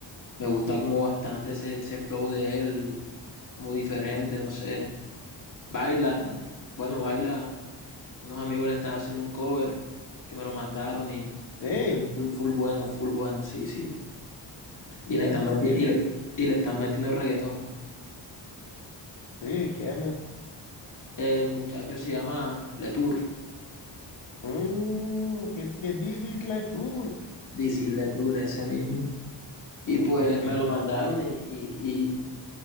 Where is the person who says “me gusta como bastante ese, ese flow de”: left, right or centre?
Left